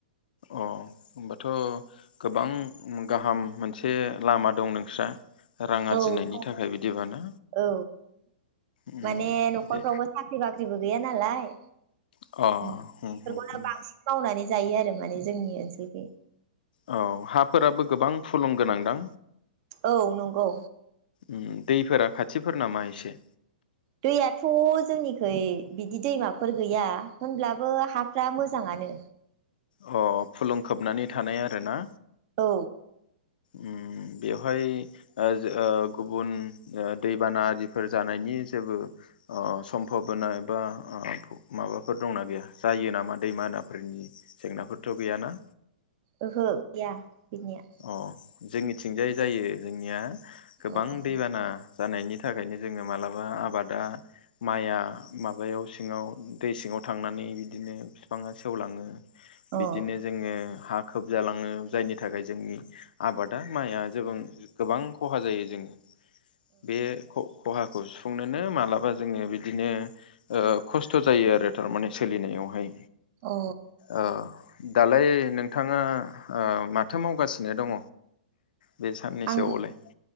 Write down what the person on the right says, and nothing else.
औ दं
<inaudible> औ
माने नखरफ्रावबो
साख्रि बाख्रिबो गैयैजाया नालाय।
बेफोरखौनो
बांसिन मावनानै जायो आरो। माने जोंनि ओनसोलखि।
औ नंगौ।
दैयाथ जोंनिखै बिदि दैमाफोर गैया होनब्लाबो हाफ्रा मोजाङानो।
औ
ओहो गैया। बिनिया
उम
अ
औ अ
आं